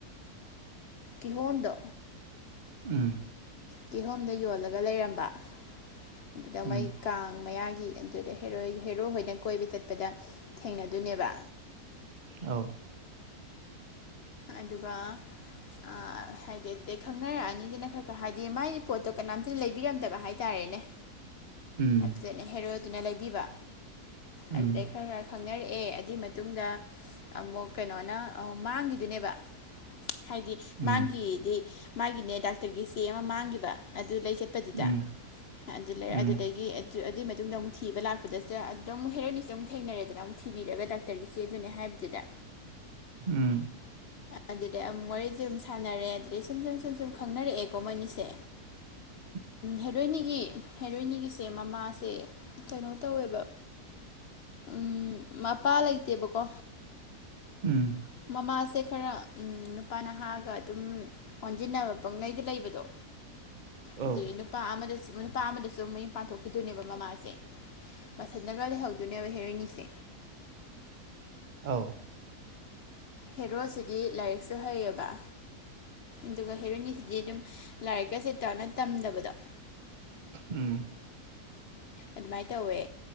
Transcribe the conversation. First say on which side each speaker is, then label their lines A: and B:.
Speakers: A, on the left; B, on the right.
A: ꯀꯤꯍꯣꯝꯗꯣ
B: ꯎꯝ
A: ꯀꯤꯍꯣꯝꯗ ꯌꯣꯜꯂꯒ ꯂꯩꯔꯝꯕ ꯑꯗꯨꯗ
B: ꯎꯝ
A: ꯃꯩ ꯀꯥꯡ ꯃꯌꯥꯒꯤ ꯑꯗꯨꯗꯩꯩ ꯍꯦꯔꯣꯏ ꯍꯦꯔꯣ ꯍꯣꯏꯅ ꯀꯣꯏꯕ ꯆꯠꯄꯗ ꯊꯦꯡꯅꯗꯣꯏꯅꯦꯕ
B: ꯑꯥꯎ
A: ꯑꯗꯨꯒ ꯑꯥ ꯍꯥꯏꯗꯤ ꯑꯗꯨꯗꯩ ꯈꯪꯅꯔꯛꯑꯅꯤꯗꯅ ꯈꯔ ꯈꯔ ꯍꯥꯏꯗꯤ ꯃꯥꯒꯤ ꯄꯣꯠꯇꯣ ꯀꯅꯥꯝꯇꯅ ꯂꯩꯕꯤꯔꯝꯗꯕ ꯍꯥꯏꯇꯥꯔꯦꯅꯦ
B: <inaudible> ꯎꯝ
A: ꯑꯗꯨꯗꯩꯩ ꯍꯦꯔꯣꯗꯨꯅ ꯂꯩꯕꯤꯕ
B: ꯎꯝ
A: ꯑꯗꯨꯗꯩ ꯈꯔ ꯈꯔ ꯈꯪꯅꯔꯛꯑꯦ ꯑꯗꯨꯏ ꯃꯇꯨꯡꯗ ꯑꯃꯨꯛ ꯀꯩꯅꯣꯅ ꯃꯥꯡꯒꯤ ꯗꯨꯅꯦꯕ ꯍꯥꯏꯗꯤ
B: ꯎꯝ
A: ꯃꯥꯒꯤꯗꯤ ꯃꯥꯒꯤꯅꯦ ꯗꯥꯛꯇꯔꯒꯤ ꯆꯦ ꯑꯃ ꯃꯥꯡꯒꯤꯕ ꯑꯗꯨ ꯂꯩ ꯆꯠꯄꯗꯨꯗ
B: ꯎꯝ
A: ꯑꯗꯨ ꯂꯩꯔ
B: ꯎꯝ
A: ꯑꯗꯨꯗꯒꯤ ꯑꯗꯨ ꯑꯗꯨꯏ ꯃꯇꯨꯡꯗ ꯑꯃꯨꯛ ꯊꯤꯕ ꯂꯥꯛꯄꯗꯁꯨ ꯑꯗꯨꯝ ꯍꯦꯔꯣꯏꯟꯅꯤꯁꯨ ꯑꯃꯨꯛ ꯊꯦꯡꯅꯔꯦꯗꯅ ꯑꯃꯨꯛ ꯊꯤꯕꯤꯔꯒ ꯗꯥꯛꯇꯔꯒꯤ ꯆꯦꯗꯨꯅꯦ ꯍꯥꯏꯕꯗꯨꯗ
B: ꯎꯝ
A: ꯑꯗꯨꯗꯩꯩ ꯑꯃꯨꯛ ꯋꯥꯔꯤꯗꯤ ꯑꯗꯨꯝ ꯁꯥꯟꯅꯔꯦ ꯑꯗꯨꯗꯩ ꯁꯨꯝ ꯁꯨꯝ ꯁꯨꯝ ꯁꯨꯝ ꯈꯪꯅꯔꯛꯑꯦꯀꯣ ꯃꯣꯏꯅꯤꯁꯦ
B: <inaudible>
A: ꯍꯦꯔꯣꯏꯟꯅꯤꯒꯤ ꯍꯦꯔꯣꯏꯟꯅꯤꯒꯤꯁꯦ ꯃꯃꯥꯁꯦ ꯀꯩꯅꯣ ꯇꯧꯋꯦꯕ ꯎꯝ ꯃꯄꯥ ꯂꯩꯇꯦꯕꯀꯣ
B: ꯎꯝ
A: ꯃꯃꯥꯁꯦ ꯈꯔ ꯅꯨꯄꯥ ꯅꯍꯥꯒ ꯑꯗꯨꯝ ꯑꯣꯟꯖꯤꯟꯅꯕ ꯄꯪꯂꯩꯗ ꯂꯩꯕꯗꯣ
B: ꯑꯧ
A: ꯑꯗꯩꯩ ꯅꯨꯄꯥ ꯑꯃꯗꯁꯨ ꯅꯨꯄꯥ ꯑꯃꯗꯁꯨ ꯃꯌꯨꯝ ꯄꯥꯟꯊꯣꯛꯈꯤꯗꯣꯏꯅꯦꯕ ꯃꯃꯥꯁꯦ ꯃꯊꯟꯗꯒ ꯂꯩꯍꯧꯗꯣꯏꯅꯦꯕ ꯍꯦꯔꯣꯏꯅꯤꯁꯦ
B: ꯑꯥꯎ
A: ꯍꯦꯔꯣꯁꯤꯗꯤ ꯂꯥꯏꯔꯤꯛꯁꯨ ꯍꯩꯌꯦꯕ ꯑꯗꯨꯒ ꯍꯦꯔꯣꯏꯟꯅꯤꯁꯤꯗꯤ ꯑꯗꯨꯝ ꯂꯥꯏꯔꯤꯛꯀ ꯁꯦ ꯄꯥꯛꯅ ꯇꯝꯗꯕꯗꯣ
B: ꯎꯝ
A: ꯑꯗꯨꯃꯥꯏ ꯇꯧꯋꯦ